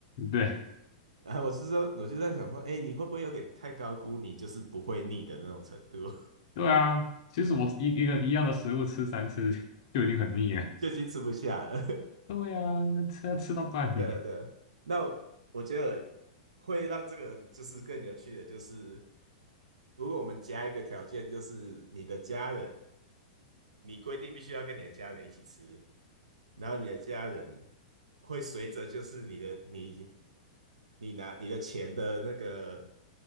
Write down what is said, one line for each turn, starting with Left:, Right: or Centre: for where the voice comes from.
Left: 对。
Right: 然后我是说，我就在想说，诶，你会不会有点太高估你就是不会腻的那种程度，
Left: 对啊，其实我一一个一样的食物吃三次就已经很腻了。
Right: <laughs> 就已经吃不下了。
Left: 对啊，吃吃到半年，
Right: 对啊，对啊。那我觉得会让这个就是更有趣的，就是如果我们加一个条件，就是你的家人，你规定必须要跟你的家人一起吃，然后你的家人会随着就是你的你你拿你的钱的那个